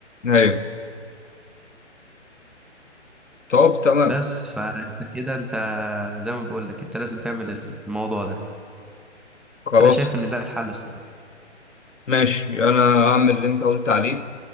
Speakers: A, on the left; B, in the centre.
A: ايوه طب تمام
B: بس فانت كده انت زي ما بقول لك انت لازم تعمل الموضوع ده
A: خلاص
B: انا شايف ان ده الحل الصراحه
A: ماشي انا هعمل اللي انت قلت عليه